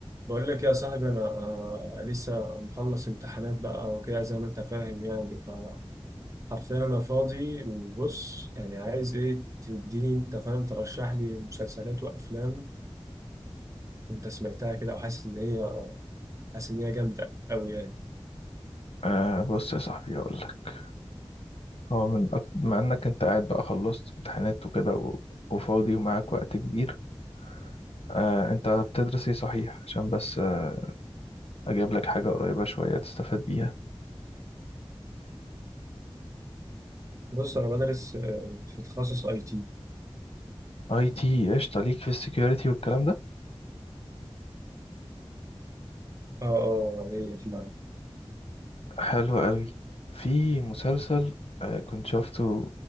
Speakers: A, on the right (about 30°); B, on the left (about 75°).
A: بقول لك يا صاحبي انا آه، لسه مخلص امتحانات بقى وكده زي ما انت فاهم يعني فحرفيا انا فاضي وبص يعني عايز ايه تديني انت فاهم ترشح لي مسلسلات وافلام انت سمعتها كده وحاسس ان هي حاسس ان هي جامده قوي يعني
B: آه بص يا صاحبي هقول لك هو من أكتر مع انك انت قاعد بقى خلصت امتحانات وكده و... وفاضي ومعاك وقت كبير آه انت بتدرس ايه صحيح عشان بس آه اجيب لك حاجة قريبة شوية تستفاد بيها
A: بص انا بدرس آه، في تخصص اي تي
B: اي تي قشطة ليك في السكيورتي والكلام ده
A: اه اه ليا في
B: حلو قوي في مسلسل آه كنت شفته